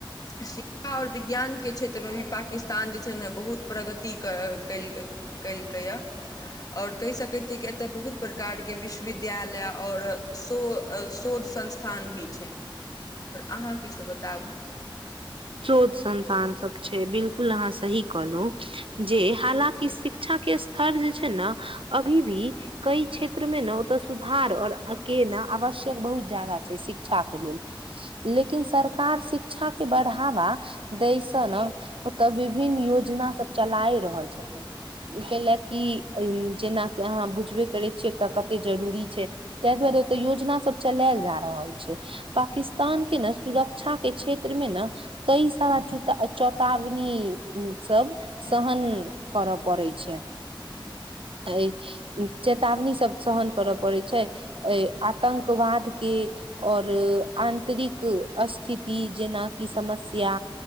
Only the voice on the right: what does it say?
शोध संन्तान सब छै। बिलकुल अहाँ सही कहलहु जे हालाँकि शिक्षा के स््तर जे छै। ने अभी भी कई क्षेत्र मे ने ओते सुधार और अ केना आवश्यक बहुत जादा छै। शिक्षा लेल लेकिन सरकार शिक्षा के बढ़ा ढ़ावा दैस ने ओतऽ विभिन्न योजना सब चलाय रहल छथिन। कै ल क जेनाकि अहाँ बुझबे करै छियै। ओ तऽ कते जरूरी छै। ताहि दुआरे योजना सब चलायल जा रहल छै। पाकिस्तान के ने सुरक्षा के क्षेत्र मे ने कई सारा चूता चेतावनी सब सहन कर पड़ै छै।
चेतावनी सब सहन करऽ पड़े छै। अ आतंकवाद के और आंतरिक स्थिति जेनाकि समस्या